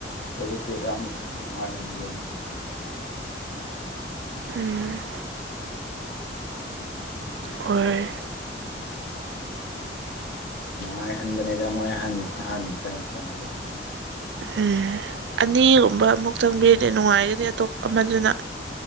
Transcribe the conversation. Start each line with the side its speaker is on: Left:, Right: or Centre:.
Left: ꯍꯧꯖꯤꯛꯇꯤ ꯌꯥꯝ ꯅꯨꯡꯉꯥꯏꯔꯅꯦ ꯌꯦꯡꯕ
Right: ꯎꯝ
Left: ꯌꯥꯝ ꯅꯨꯡꯉꯥꯏꯒꯅꯤ
Right: ꯍꯣꯏ
Left: ꯌꯦꯡꯕ ꯅꯨꯉꯥꯏꯍꯟꯕꯅꯦꯗ ꯃꯣꯏ ꯍꯟ ꯍꯥꯟ ꯀꯩꯅꯣ ꯆꯟꯕꯗꯣ
Right: ꯎꯝ ꯑꯅꯤꯒꯨꯝꯕ ꯑꯃꯨꯛ ꯆꯪꯕꯤꯔꯗꯤ ꯅꯨꯡꯉꯥꯏꯒꯅꯤ ꯑꯇꯣꯞ ꯑꯃꯗꯨꯅ